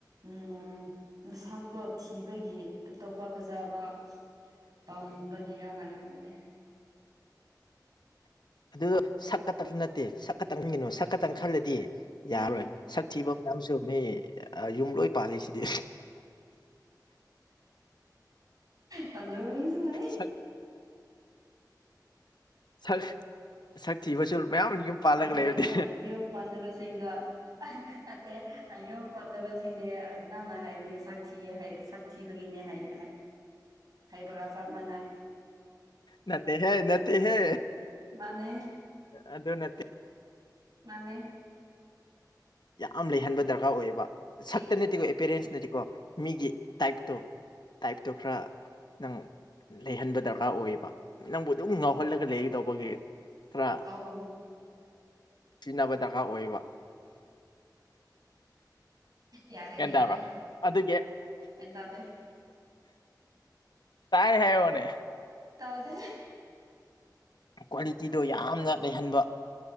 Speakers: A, on the right; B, on the left.
A: ꯎ ꯃꯁꯇꯣ ꯊꯤꯕꯒꯤ ꯑꯇꯣꯞꯄ ꯐꯖꯕ ꯄꯥꯝꯕꯒꯤꯔꯅ ꯈꯪꯕꯅꯦ
B: ꯑꯗꯨꯗꯣ ꯁꯛꯀ ꯇꯞꯁꯨ ꯅꯠꯇꯦ ꯁꯛꯀꯛꯇꯪ ꯈꯟꯒꯤꯅꯣ ꯁꯛꯀꯛꯇꯪ ꯈꯜꯂꯗꯤ
A: ꯈꯪꯗꯦ
B: ꯌꯥꯔꯣꯏ ꯁꯛ ꯊꯤꯕ ꯃꯌꯥꯝꯁꯨ ꯃꯤ ꯌꯨꯝ ꯂꯣꯏ ꯄꯥꯜꯂꯤꯁꯤꯗꯤ
A: ꯄꯟꯗꯔ ꯃꯤꯁꯨꯂꯥꯏ
B: ꯁꯛ ꯁꯛ ꯁꯛ ꯊꯤꯕꯁꯨ ꯃꯌꯥꯝ ꯌꯨꯝ ꯄꯥꯜꯂꯒ
A: ꯑꯗꯣ
B: ꯂꯩꯕꯗꯤ
A: ꯌꯨꯝ ꯌꯨꯝ ꯄꯥꯟꯗꯕꯁꯤꯡꯗ ꯑ ꯅꯠꯇꯦ ꯌꯨꯝ ꯄꯥꯟꯗꯕꯁꯤꯡꯗꯤ ꯅꯪꯅꯥ ꯍꯥꯏꯕꯗꯤ ꯁꯛ ꯊꯤꯌꯦ ꯍꯥꯏ ꯁꯛ ꯊꯤꯕꯒꯤꯅꯦ ꯍꯥꯏ ꯍꯥꯏ
B: <inaudible>
A: ꯍꯩꯕꯒ ꯆꯞ ꯃꯥꯟꯅꯩ
B: ꯅꯠꯇꯦ ꯍꯦ ꯅꯠꯇꯦ ꯍꯦ
A: ꯃꯥꯅꯦ
B: ꯑꯗꯨ ꯅꯠꯇꯦ
A: ꯃꯥꯅꯦ
B: ꯌꯥꯝ ꯂꯩꯍꯟꯕ ꯗꯔꯀꯥꯔ ꯑꯣꯏꯌꯦꯕ
A: ꯑꯩ
B: ꯁꯛꯇ ꯅꯠꯇꯦꯀꯣ ꯄꯦꯔꯦꯟꯁꯅꯗꯤꯀꯣ ꯃꯤꯒꯤ ꯇꯥꯏꯞꯇꯣ ꯇꯥꯏꯞꯇꯣ ꯈꯔ ꯅꯪ ꯂꯩꯍꯟꯕ ꯗꯔꯀꯥꯔ ꯑꯣꯏꯌꯦꯕ ꯅꯪꯕꯨ ꯑꯗꯨꯝ ꯉꯥꯎꯍꯜꯂꯒ ꯂꯩꯒꯗꯧꯕꯒꯤ ꯈꯔ
A: ꯋꯥꯎ
B: ꯁꯤꯤꯅꯕ ꯗꯔꯀꯥꯔ ꯑꯣꯏꯕ
A: ꯌꯥꯔꯦ
B: ꯒ꯭ꯌꯥꯟ
A: ꯌꯥꯔꯦ
B: ꯇꯥꯕ꯭ꯔꯥ ꯑꯗꯨꯒꯤ
A: ꯑꯦꯟ ꯇꯗꯦ
B: ꯇꯥꯏ ꯍꯥꯏꯦ ꯃꯅꯦ
A: ꯇꯔꯦ
B: ꯀ꯭ꯋꯥꯂꯤꯇꯤꯗꯣ ꯌꯥꯝꯅ ꯂꯩꯍꯟꯕ